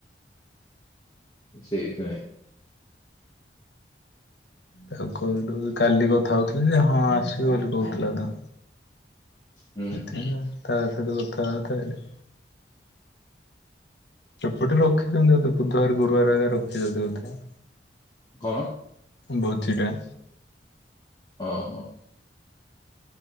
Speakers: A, on the left (about 20°); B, on the left (about 75°).
A: ସେଇଥି ପାଇଁ।
B: ତାକୁ ହେଠୁ କାଲି କଥା ହଉଥିଲି ଯେ ହଁ ଆସିବି ବୋଲି କହୁଥିଲା ତ।
A: ହୁଁ
B: ଏଥିନାଁ
A: ହୁଁ।
B: ତା ସହିତ କଥା ହଉଥା ବେଲି। ଏପଟେ ରଖିଛନ୍ତି ବୋଧେ ବୁଧବାର ଗୁରୁବାର ଆଗେ ରଖିଛନ୍ତି ବୋଧେ।
A: କଣ?
B: ଭୋଜିଟା।
A: ଅ ହ।